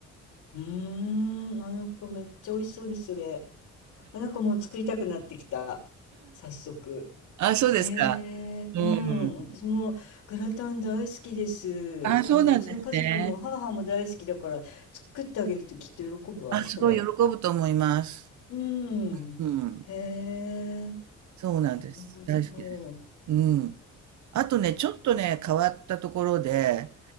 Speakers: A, on the left; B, on the right.
A: うーん。あ、なんかめっちゃ美味しそうです、それ。あ、なんかもう作りたくなってきた。早速。
B: あ、そうですか。
A: へえ、
B: うん。
A: うん、私もグラタン大好きです。
B: あ、そうなんですね。
A: うん、うちの家族も母も大好きだから作ってあげるときっと喜ぶわ、
B: あ、すごい喜ぶと思います。
A: それ。うん、
B: うん。
A: へえ、
B: そうなんです。
A: なるほど。
B: 大好きです。うん。あとね、ちょっとね、変わったところで、